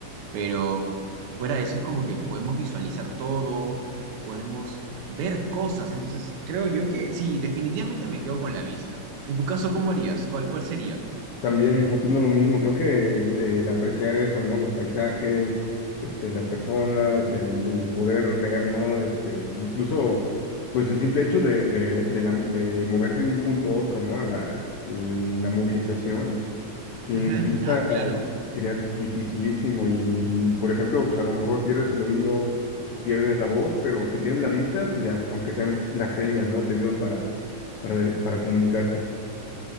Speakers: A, on the right; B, on the left.
A: pero fuera de eso es como que podemos visualizar todo, podemos ver cosas, entonces creo yo que sí, definitivamente me quedo con la vista. En tu caso, ¿cómo harías? ¿Cuál, cuál sería?
B: También opino lo mismo, creo que eh, el apreciar eso, ¿no? Los paisajes, este, las personas, el, el poder ver, ¿no? Este, incluso, pues el simple hecho de, de, de la- de moverse de un punto a otro, ¿no? La, la movilización, sin
A: Ujú,
B: vista
A: Ah, claro.
B: sería dificilísimo y, y, por ejemplo, pues a lo mejor pierdes el oído, pierdes la voz, pero si tienes la vista, pues ya, aunque sean las señas, ¿no? Te ayudan para, para, para comunicarte.